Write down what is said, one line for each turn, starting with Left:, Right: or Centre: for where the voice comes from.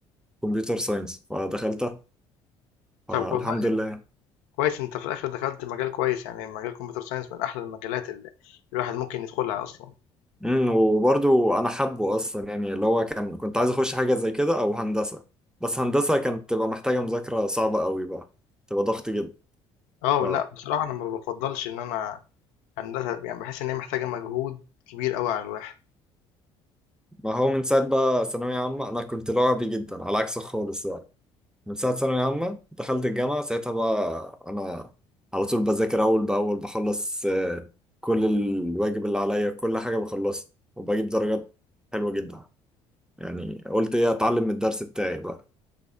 Centre: كمبيوتر ساينس فدخلتها فالحمد
Left: طَب والله
Centre: لله
Left: كويس انت في الاخر دخلت مجال كويس يعني مجال الكمبيوتر ساينس من احلى المجالات اللي الواحد ممكن يدخلها اصلا
Centre: امم وبرضو أنا حابه أصلا يعني اللي هو كان كنت عايز أخش حاجة زي كده أو هندسة بس هندسة كانت تبقى محتاجة مذاكرة صعبة قوي بقى تبقى ضغط جدا
Left: اه
Centre: ف
Left: لا بصراحه انا ما بفضلش ان انا هندسه يعني بحس ان هي محتاجه مجهود كبير قوي على الواحد
Centre: ما هو من ساعة بقى ثانوية عامة أنا كنت لعبي جدا على عكسك خالص من ساعة ثانوية عامة دخلت الجامعة ساعتها بقى أنا على طول بذاكر أول بأول بخلص آه، كل الواجب اللي عليا كل حاجة بخلصها وبجيب درجات حلوة جدا يعني قلت إيه أتعلم من الدرس بتاعي بقى